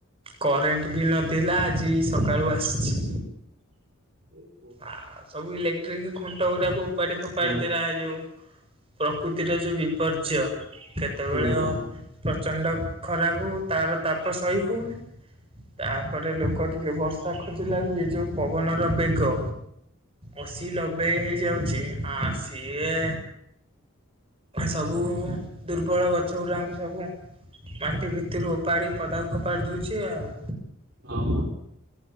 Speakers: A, on the right (about 25°); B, on the right (about 50°).
A: କରେଣ୍ଟ ବି ନଥିଲା ଆଜି ସକାଳୁ ଆସିଛି।
B: ହୁଁ
A: ଆଉ ସବୁ ଇଲେକ୍ଟ୍ରିକ ଖୁଣ୍ଟ ଗୁଡାକୁ ଉପାଡ଼ି ଖୋପାଡ଼ି
B: ହଁ
A: ଦେଲା ଏ ଯୋଉ ପ୍ରକୃତିର ଯୋଉ ବିପର୍ଯ୍ୟୟ କେତେବେଳେ
B: ହଁ ହଁ ହୁଁ
A: ପ୍ରଚଣ୍ଡ ଖରାକୁ ତାର ତାପ ସହି ହଉନି ତାପରେ ଲୋକ ଟିକେ ବର୍ଷା ଖୋଜିଲା ବି ଏ ଯୋଉ ପବନର ବେଗ ଅଶି ନବେ ହେଇଯାଉଛି ଆ ସିଏ ସବୁ ଦୁର୍ବଳ ଗଛ ଗୁଡାଙ୍କୁ ସବୁ ମାଟି ଭିତରୁ ଓପାଡି ପଦା କୁ ଫୋପାଡ଼ି ଦଉଛି ଆଉ
B: ହ